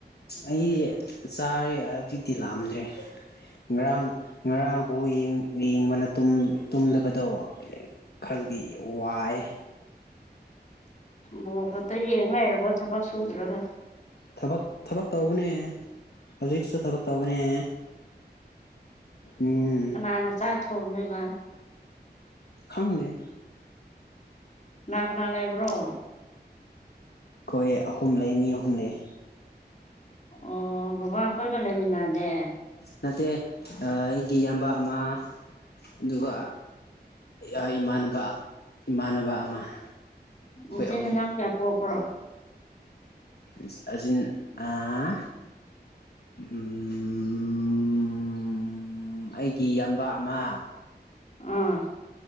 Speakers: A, on the left (about 65°); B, on the left (about 45°).
A: ꯑꯩ ꯆꯥꯔꯦ ꯍꯧꯖꯤꯛꯇꯤ ꯂꯥꯝꯗꯦ <unintelligible> ꯉꯔꯥꯡ ꯉꯔꯥꯡ ꯕꯣꯜ ꯌꯦꯡ ꯌꯦꯡꯕꯅ ꯇꯨꯝ ꯇꯨꯝꯗꯕꯗꯣ ꯈꯔꯗꯤ ꯋꯥꯏꯌꯦ
B: ꯕꯣꯜ ꯈꯛꯇ ꯌꯦꯡꯉ ꯂꯩꯔꯕꯣ ꯊꯕꯛ ꯁꯨꯗ꯭ꯔꯒ
A: ꯊꯕꯛ ꯊꯕꯛ ꯇꯧꯕꯅꯦ ꯍꯧꯖꯤꯛꯁꯨ ꯊꯕꯛ ꯇꯧꯕꯅꯦ ꯎꯝ
B: ꯀꯅꯥꯅ ꯆꯥꯛ ꯊꯣꯡꯗꯣꯏꯕ
A: ꯈꯪꯗꯦ
B: ꯀꯅꯥ ꯀꯅꯥ ꯂꯩꯕ꯭ꯔꯣ
A: ꯑꯩꯈꯣꯏ ꯑꯍꯨꯝ ꯂꯩ ꯃꯤ ꯑꯍꯨꯝ ꯂꯩ
B: ꯑꯣ ꯕꯕꯥ ꯈꯣꯏꯒ ꯂꯩꯃꯤꯟꯅꯗꯦ
A: ꯅꯠꯇꯦ ꯑꯩꯒꯤ ꯏꯌꯥꯝꯕ ꯑꯃ ꯑꯗꯨꯒ ꯑꯩ ꯏꯃꯥꯟꯅꯕ ꯏꯃꯥꯟꯅꯕ ꯑꯃ ꯑꯩꯈꯣꯏ
B: ꯅꯆꯤꯟ
A: ꯑꯍꯨꯝ
B: ꯅꯅꯥꯎ ꯀꯌꯥ ꯄꯣꯛꯄ꯭ꯔꯣ꯫
A: ꯏꯁ ꯑꯖꯤꯟ ꯑꯥ ꯎꯝ ꯑꯩꯒꯤ ꯏꯌꯥꯝꯕ ꯑꯃ꯫
B: ꯑꯥ꯫